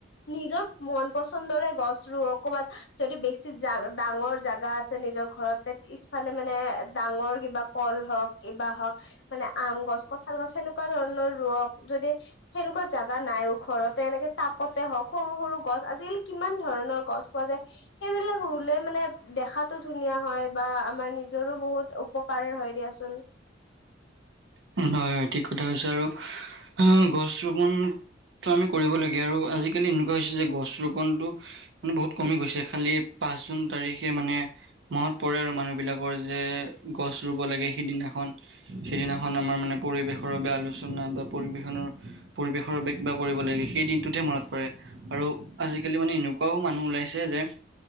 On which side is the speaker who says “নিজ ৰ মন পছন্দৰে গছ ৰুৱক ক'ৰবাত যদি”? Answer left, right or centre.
Left